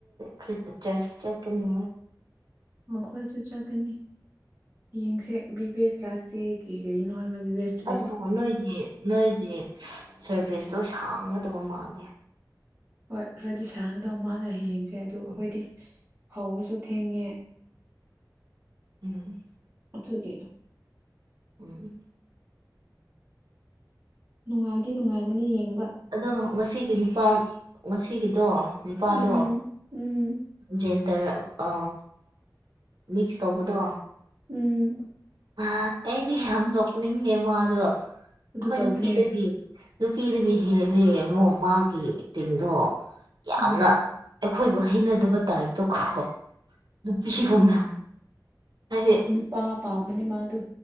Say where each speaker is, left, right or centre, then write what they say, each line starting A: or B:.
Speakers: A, on the right; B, on the right.
A: ꯀꯔꯤ ꯆꯔꯁ ꯆꯠꯀꯅꯤ
B: ꯑꯣ ꯑꯩꯈꯣꯏꯁꯨ ꯆꯠꯀꯅꯤ ꯌꯦꯡꯁꯦ ꯕꯤ ꯚꯦꯁ ꯀ꯭ꯂꯥꯁ ꯗꯦꯒꯤ ꯀꯔꯤꯅꯣ ꯍꯥꯏꯕ ꯕꯤ ꯚꯦꯁ
A: ꯑꯗꯨꯕꯨ ꯅꯣꯏꯒꯤ ꯅꯣꯏꯒꯤ ꯁꯔꯚꯤꯁꯇꯣ ꯁꯥꯡꯒꯗꯕ ꯃꯥꯜꯂꯦ
B: ꯍꯣꯏ ꯈꯔꯗꯤ ꯁꯥꯡꯒꯗꯕ ꯃꯥꯜꯂ ꯍꯌꯦꯡꯁꯦ ꯑꯗꯨ ꯑꯩꯈꯣꯏꯗꯤ
A: ꯎꯝ
B: ꯍꯧꯕꯁꯨ ꯊꯦꯡꯉꯦ
A: ꯎꯝ
B: ꯑꯗꯨꯒꯤ
A: ꯎꯝ
B: ꯅꯨꯡꯉꯥꯏꯗꯤ ꯅꯨꯡꯉꯥꯏꯒꯅꯤ ꯌꯦꯡꯕ
A: ꯑꯗꯣ ꯉꯁꯤꯒꯤ ꯅꯨꯄꯥ ꯉꯁꯤꯒꯤꯗꯣ ꯅꯨꯄꯥꯗꯣ
B: ꯎꯝ ꯎꯝ
A: ꯖꯦꯟꯗꯔ ꯑ ꯃꯤꯛꯁ ꯇꯧꯕꯗꯣ
B: ꯎꯝ
A: ꯑ ꯑꯩꯗꯤ ꯌꯥꯝ ꯅꯣꯛꯅꯤꯡꯉꯦ ꯃꯥꯗꯣ ꯑꯩꯈꯣꯏ
B: ꯑꯗꯨ ꯇꯧꯕꯅꯦ
A: ꯅꯨꯄꯤꯗꯒꯤ ꯅꯨꯄꯤꯗꯒꯤ ꯍꯦꯜꯂꯦ ꯑꯃꯨꯛ ꯃꯥꯒꯤ ꯑꯦꯛꯇꯤꯡꯗꯣ ꯌꯥꯝꯅ
B: ꯎꯝ
A: ꯑꯩꯈꯣꯏꯕꯨ ꯍꯩꯅꯗꯕ ꯇꯥꯏꯕꯇꯀꯣ ꯅꯨꯄꯤꯒꯨꯝꯕ ꯍꯥꯏꯗꯤ
B: ꯅꯨꯄꯥ ꯄꯥꯝꯕꯅꯦ ꯃꯥꯗꯨ